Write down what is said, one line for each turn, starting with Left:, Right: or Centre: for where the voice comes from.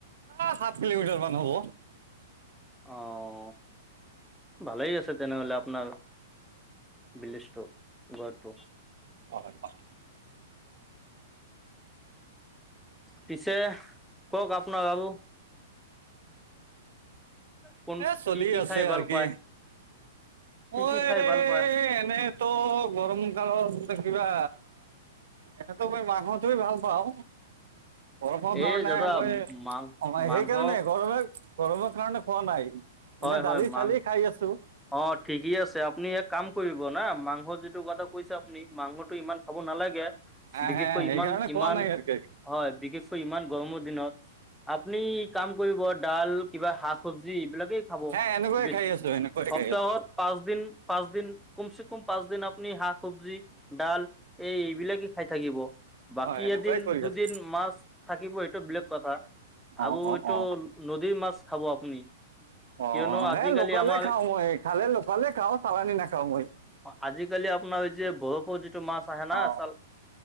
Right: আ, হাত কিলোমিটাৰমান হ'ব।
Centre: অ', ভালেই আছে তেনেহ'লে আপনাৰ ভিলেচটো, ঘৰটো।
Right: <unintelligible>
Centre: পিছে, কওক আপোনাৰ আৰু? কোন
Right: এ, চলি
Centre: কি কি
Right: আছে
Centre: খাই ভাল
Right: আৰকি
Centre: পায়? কি
Right: মই
Centre: কি খাই ভাল পায়?
Right: এনে তো গৰম কালত <unintelligible> কিবা এনেতো মই মাংসটোই ভাল পাওঁ। গৰমৰ কাৰণে
Centre: এই দাদা
Right: মই
Centre: মাং
Right: কমাই
Centre: মাংস
Right: সেইকাৰণে <unintelligible> গৰমৰ কাৰণে খোৱা নাই।
Centre: হয়,
Right: এনে দালি
Centre: হয়, মাং
Right: চালি খাই আছো
Centre: অ' ঠিকেই আছে আপুনি এ কাম কৰিব না মাংস যিটো কথা কৈছে। মাংসটো ইমান খাব নালাগে
Right: আহ
Centre: বিশেষকৈ
Right: হে সেইকাৰণে
Centre: ইমান
Right: খোৱা
Centre: ইমান।
Right: নাই আৰু কি
Centre: হয় বিশেষ ইমান গৰমৰ দিনত আপুনি। কাম কৰিব ডাল কিবা শাক চবজি এইবিলাকে। খাব
Right: হে এনেকুৱাই
Centre: বেছি
Right: খাই আছো এনেকুৱাই
Centre: সপ্তাহত
Right: খাই আছো
Centre: পাঁচ দিন। পাঁচ দিন কমচে কম পাঁচ দিন আপুনি শাক চবজি ডাল। এই এইবিলাকে খাই থাকিব। বাকী
Right: হয় এনেকুৱাই
Centre: এদিন
Right: কৰি
Centre: দুদিন
Right: আছো
Centre: মাছ থাকিব এইটো বেলেগ কথা
Right: অ
Centre: আৰু
Right: অ
Centre: এইটো।
Right: অ
Centre: নদীৰ মাছ খাব আপুনি।
Right: অ
Centre: কিয়নো
Right: অ
Centre: আজিকালি
Right: এ লোকেলেই
Centre: আমাৰ
Right: খাওঁ মই খালে লোকেলেই খাওঁ চালানী নাখাওঁ মই।
Centre: অ আজিকালি আপোনাৰ যে বৰফৰ যিটো মাছ আহে না
Right: অ
Centre: চাল।